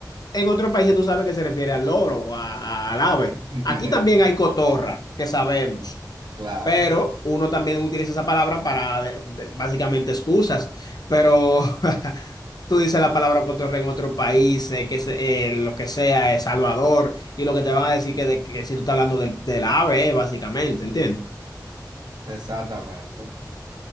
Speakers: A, on the left; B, on the right.
A: en otros países tú sabes que se refiere al loro, a- a- al ave.
B: <laughs>
A: Aquí también hay cotorra, que sabemos.
B: claro,
A: pero uno también utiliza esa palabra para de- de- básicamente excusas, pero <laughs> tú dices la palabra cotorra en otro país, eh, que se- eh, lo que sea, El Salvador, y lo que te van a decir que, de- que si tú estás hablando del, del ave, eh, básicamente, ¿entiendes?
B: exactamente.